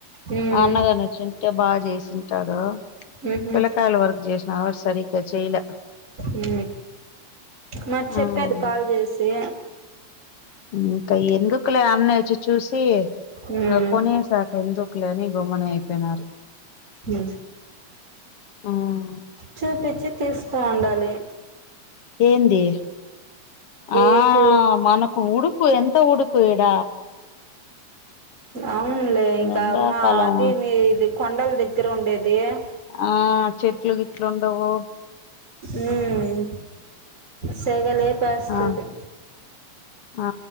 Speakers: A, on the right; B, on the left.
A: మ్మ్
B: అన్నగని వచ్చింటే బాను చేసింటాడు
A: మ్హూ
B: పిల్లకాయల వరకు జెసిన వా సరిగ్గా చేయలే
A: ఉ మరి చెప్పేది
B: ఉమ్
A: కాల్ చేసి
B: ఇంకా ఎందుకులే అన్న వచ్చి చూసి
A: మ్మ్
B: ఇంగ్ కొనేసాక ఎందుకు లేని గోమనె అయిపోయినారు
A: మ్మ్
B: ఉమ్
A: చూపించి తీస్తా ఉండాలి
B: ఏంది ఆ
A: ఏసి
B: మనకు ఉడుకు ఎంతొ ఉడుక్ కూ ఈడ
A: అవునులే ఇంకా
B: ఎండాకాలం
A: అమ్మా అది మీ ఇది కొండల దగ్గర ఉండేది దె
B: ఆ చెట్లు గిట్లు ఉండవు
A: యి ఉ సెగలిపిస్తది
B: ఆ ఆ